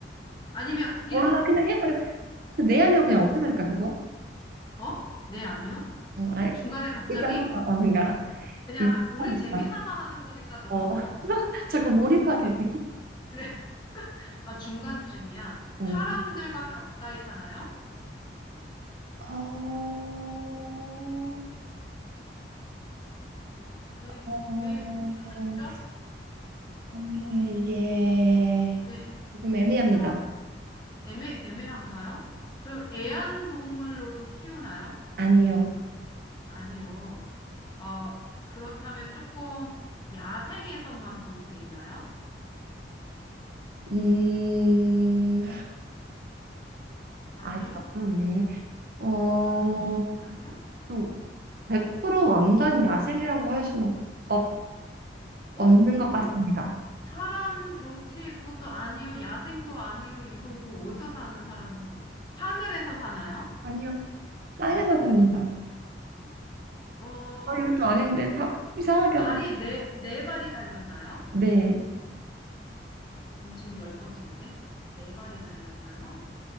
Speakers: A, on the left; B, on the right.
A: 아니면, 이러,
B: 몰라, 그냥 해버려. 내
A: 오케이.
B: 아니야, 그냥
A: 중,
B: 없애버릴까, 그거?
A: 어? 네, 아니요?
B: 어, 아,
A: 중간에 갑자기?
B: 일단 하자. 어, 그러니까
A: 그냥
B: 일하겠다.
A: 하- 우리 재미 삼아 하는 거니까 너무
B: 어, <laughs>
A: 이렇게
B: 자꾸 몰입하게
A: 막 그렇게
B: 돼.
A: <laughs> 그래 아 중간쯤이야 사람들과
B: 어,
A: 가까이 사나요?
B: 어,
A: 네. 왜,
B: 어,
A: 왜 고민을 하시죠?
B: 정말 이게
A: 네
B: 좀 애매합니다.
A: 사람 애매 애매한가요? 그럼 애완동물로도 키우나요?
B: 아니요.
A: 아니요. 어 그렇다면 조금 야생에서만 볼 수 있나요?
B: 음,
A: 아니요.
B: 아, 그렇네. 어,
A: 아, 아니요.
B: 또 100% 완전 야생이라고 할 수는 없, 없-
A: 어?
B: 없는 것 같습니다.
A: 그 사람 곁에 그것도 아니요, 야생도 아니요, 이건 그 어디서 사는 사람인가? 하늘에서 사나요?
B: 아니요, 땅에서 삽니다.
A: 어,
B: 어, 이것도 아닌데 다 이상하게
A: 발이
B: 하고.
A: 네, 네 발이 달렸나요?
B: 네.
A: 그럼 지금 열 번째인데? 네 발이 달렸나요?